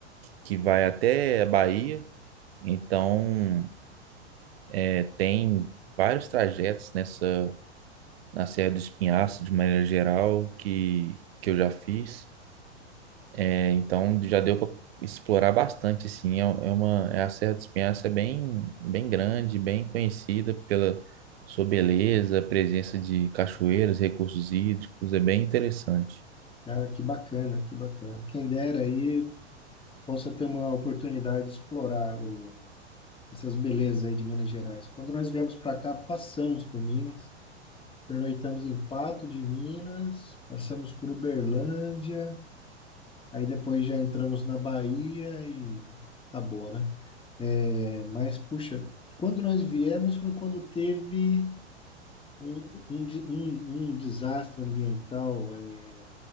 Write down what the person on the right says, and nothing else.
que vai até a Bahia. Então, é, tem vários trajetos nessa na Serra do Espinhaço, de maneira geral, que, que eu já fiz. É, então já deu para explorar bastante, sim. É, é uma é a Serra do Espinhaço é bem bem grande, bem conhecida pela sua beleza, presença de cachoeiras, recursos hídricos, é bem interessante.